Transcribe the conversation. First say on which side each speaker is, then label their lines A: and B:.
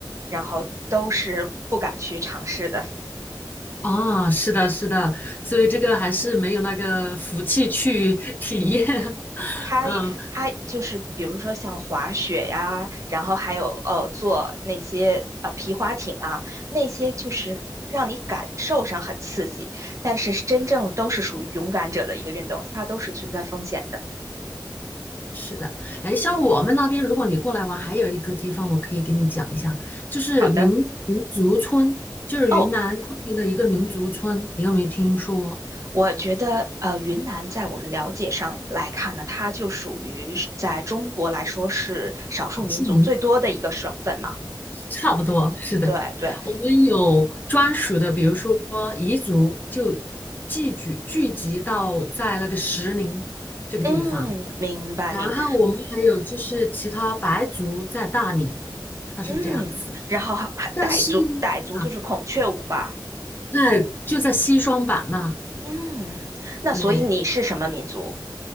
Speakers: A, on the right; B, on the left.
A: 然后都是不敢去尝试的。
B: 啊，是的，是的，所以这个还是没有那个福气去 <laughs> 体验。
A: 他也他就是比如说像滑雪呀，
B: 嗯，
A: 然后还有呃坐那些呃皮划艇啊，那些就是让你感受上很刺激，但是真正都是属于勇敢者的一个运动，它都是存在风险的。
B: 是的，哎，像我们那边，如果你过来玩，还有一个地方我可以给你讲一下，就是民民族村，
A: 好的，
B: 就是云南昆明的一个民族村，
A: 哦，
B: 你有没有听说
A: 我觉得呃，云南在我们了解上来看呢，它就属于是在中国来说是少数民族最多的一个省份嘛。
B: 少数民？差不多，是的，
A: 对对，
B: 我们有专属的，比如说彝族就聚集聚集到在那个石林这个地方，
A: 嗯，明白明白，
B: 然后我们还有就是其他白族在大理，它是这样子，
A: 嗯，然后还还傣族，
B: 但是
A: 傣族就是孔雀舞吧，
B: 啊，那就在西双版纳，
A: 嗯，那所以你是什么民族？
B: 对，